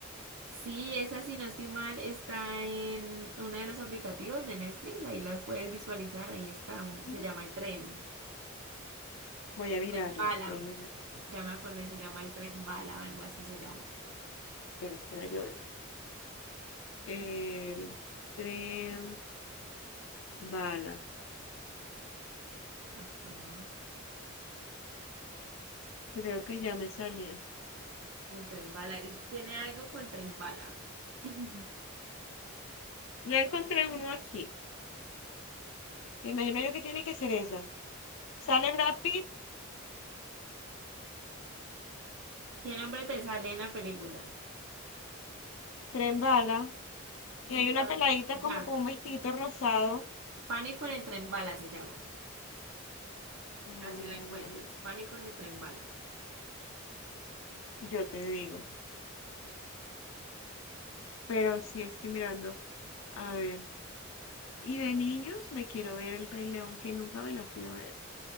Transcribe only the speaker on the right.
Sí, esa, si no estoy mal, está en uno de los aplicativos de Netflix. Ahí las puedes visualizar. Ahí está. un-
se llama el tren.
El
tren bala.
Ya me acordé, se llama el tren bala, algo así se llama.
Ajá.
El tren bala. él Tiene algo con tren bala. <laughs>
¿Qué nombre te sale en la película?
Sí,
a ver,
ya.
Pánico en el tren bala se llama.
Así la encuentras.
Pánico en el tren bala.